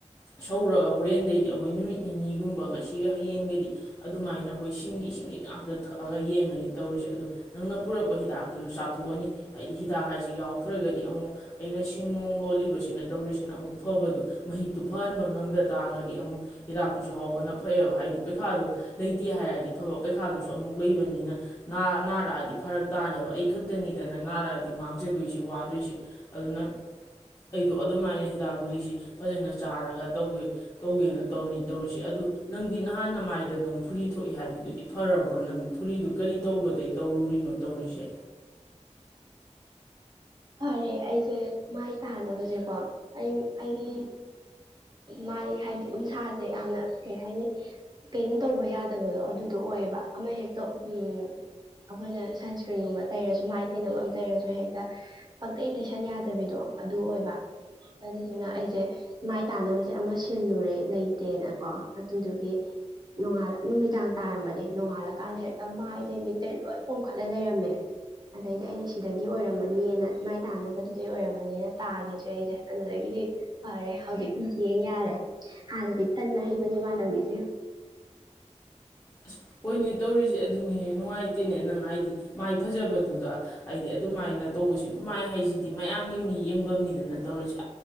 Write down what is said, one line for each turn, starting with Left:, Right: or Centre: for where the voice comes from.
Left: ꯁꯧꯔꯒ ꯍꯣꯔꯦꯟꯗꯩꯗꯤ ꯑꯩꯈꯣꯏ ꯅꯨꯃꯤꯠ ꯅꯤꯅꯤꯒꯨꯝꯕ ꯉꯁꯤꯒ ꯍꯌꯦꯡꯒꯩꯗꯤ ꯑꯗꯨꯃꯥꯏꯅ ꯑꯩꯈꯣꯏ ꯁꯤꯡꯒꯤ ꯏꯁꯤꯡꯁꯤ ꯉꯥꯛꯇ ꯊꯛꯑꯒ ꯌꯦꯡꯉꯅꯤ ꯇꯧꯔꯤꯁꯦ ꯑꯗꯨ ꯅꯪꯅ ꯄꯨꯔꯛꯄ ꯍꯤꯗꯥꯛꯇꯨꯁꯨ ꯆꯥꯊ ꯊꯣꯛꯑꯅꯤ ꯍꯥꯏꯗꯤ ꯍꯤꯗꯥꯛ ꯍꯥꯏꯁꯤ ꯌꯥꯎꯗ꯭ꯔꯒꯗꯤ ꯑꯃꯨꯛ ꯑꯩꯅ ꯁꯤꯡꯅꯨꯡ ꯂꯣꯜꯂꯤꯕꯁꯤ ꯁꯤꯅ ꯇꯧꯔꯤꯁꯤꯅ ꯑꯃꯨꯛ ꯐꯕꯗꯨ ꯃꯍꯤꯛꯇꯨ ꯐꯍꯟꯕ ꯉꯝꯗ ꯇꯥꯔꯒꯗꯤ ꯑꯃꯨꯛ ꯍꯤꯗꯥꯛꯇꯨꯁꯨ ꯍꯥꯎꯕꯅ ꯐꯩꯑꯦꯕ ꯍꯥꯏꯗꯤ ꯄꯩꯈꯥꯗꯣ ꯂꯩꯇꯦ ꯍꯥꯏꯔꯗꯤ ꯐꯕ ꯄꯩꯈꯥꯗꯨꯁꯨ ꯑꯃꯨꯛ ꯂꯩꯕꯅꯤꯅ ꯅꯥꯔꯛꯑꯗꯤ ꯐꯔꯛ ꯇꯥꯅꯦꯕ ꯑꯩ ꯈꯛꯇꯅꯤꯗꯅ ꯅꯥꯔꯛꯑꯗꯤ ꯃꯥꯡꯖꯗꯣꯏꯁꯤ ꯋꯥꯗꯣꯏꯁꯤ ꯑꯗꯨꯅ ꯑꯩꯗꯣ ꯑꯗꯨꯃꯥꯏꯅ ꯗꯥ ꯒꯨꯂꯤꯁꯤ ꯐꯖꯅ ꯆꯥꯔꯒ ꯇꯧꯒꯦ ꯇꯧꯒꯦꯅ ꯇꯧꯔꯤꯅꯤ ꯇꯧꯔꯤꯁꯤ ꯑꯗꯨ ꯅꯪꯗꯤ ꯅꯍꯥꯟ ꯅ ꯃꯥꯏꯗ ꯅꯪ ꯐꯨꯔꯤ ꯊꯣꯛꯏ ꯍꯥꯏꯕꯗꯨꯗꯤ ꯐꯔꯕ꯭ꯔꯣ ꯅꯪ? ꯐꯨꯔꯤꯗꯨ ꯀꯔꯤ ꯇꯧꯔꯨꯕꯗꯩ ꯇꯧꯔꯨꯔꯤꯅꯣ ꯇꯧꯔꯤꯁꯦ
Right: ꯐꯔꯦ ꯑꯩꯁꯦ ꯃꯥꯏ ꯇꯥꯅꯕꯁꯦꯀꯣ ꯑꯩ ꯑꯩꯒꯤ ꯃꯥꯏ ꯍꯥꯏꯗꯤ ꯎꯟꯁꯥꯁꯦ ꯌꯥꯝꯅ ꯀꯩ ꯍꯥꯏꯅꯤ ꯀꯩꯅꯣ ꯇꯧꯕ ꯌꯥꯗꯕꯗꯣ ꯑꯗꯨꯗꯣ ꯑꯣꯏꯌꯦꯕ ꯑꯃ ꯍꯦꯛꯇ ꯑꯩꯈꯣꯏꯅ ꯁꯟꯁꯀ꯭ꯔꯤꯟꯒꯨꯝꯕ ꯇꯩꯔꯁꯨ ꯃꯥꯏ ꯇꯩꯅꯕ ꯑꯃ ꯇꯩꯔꯁꯨ ꯍꯦꯛꯇ ꯄꯪꯇꯩꯩ ꯇꯩꯁꯟ ꯌꯥꯗꯕꯤꯗꯣ ꯑꯗꯨ ꯑꯣꯏꯕ ꯑꯗꯨꯗꯨꯅ ꯑꯩꯁꯦ ꯃꯥꯏ ꯇꯥꯅꯕꯁꯦ ꯑꯃ ꯁꯤꯜꯂꯨꯔꯦ ꯂꯩꯇꯦꯅꯀꯣ ꯑꯗꯨꯗꯨꯒꯤ ꯅꯣꯡꯉꯥꯟ ꯅꯨꯃꯤꯗꯥꯡ ꯇꯥꯔꯝꯕꯗꯤ ꯅꯣꯡꯉꯥꯜꯂꯀꯥꯟꯗ ꯍꯦꯛꯇ ꯃꯥꯏꯗꯩ ꯃꯤꯠꯇꯩ ꯂꯣꯏ ꯄꯣꯝꯈꯠꯂ ꯂꯩꯔꯝꯃꯦ꯫ ꯑꯗꯩꯗꯤ ꯑꯩꯅ ꯁꯤꯗꯒꯤ ꯑꯣꯏꯔꯝꯃꯥꯅ‌ꯌꯤꯅꯥ ꯃꯥꯏ ꯇꯥꯅꯕꯗꯨꯗꯩ ꯑꯣꯏꯔꯝꯃꯅꯌꯤꯅꯥ ꯇꯥꯒꯤꯗ꯭ꯔꯦ ꯑꯩꯁꯦ ꯑꯗꯨꯗꯒꯤꯗꯤ ꯐꯔꯦ ꯍꯧꯖꯤꯛꯇꯤ ꯌꯦꯡ ꯌꯥꯔꯦ꯫ ꯍꯥꯟꯅꯗꯤ ꯇꯟ ꯑꯥꯍꯩꯕꯅꯦ ꯃꯥꯂꯝꯃꯤꯁꯦ꯫
Left: ꯑꯁ ꯍꯣꯏꯅꯦ ꯇꯧꯔꯤꯁꯦ ꯑꯗꯨꯅꯤꯅꯦ ꯅꯨꯡꯉꯥꯏꯇꯦꯅꯦ ꯅꯪ ꯍꯥꯏꯗꯤ ꯃꯥꯏ ꯐꯖꯕꯗꯨꯗ ꯍꯥꯏꯗꯤ ꯑꯗꯨꯃꯥꯏꯅ ꯇꯧꯕꯁꯤꯅ ꯃꯥꯏ ꯍꯥꯏꯁꯤꯗꯤ ꯃꯌꯥꯝꯒꯤ ꯃꯤ ꯌꯦꯡꯕ ꯃꯤꯗꯅ ꯇꯧꯔꯤꯁꯤꯦ